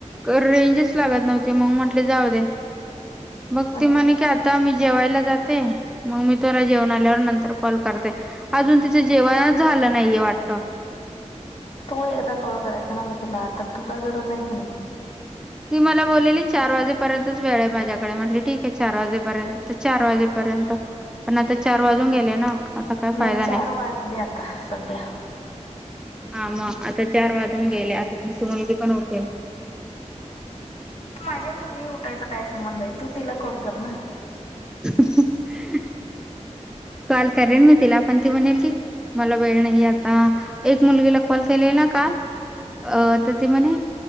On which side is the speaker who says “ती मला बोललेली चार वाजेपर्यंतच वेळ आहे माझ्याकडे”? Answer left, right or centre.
Centre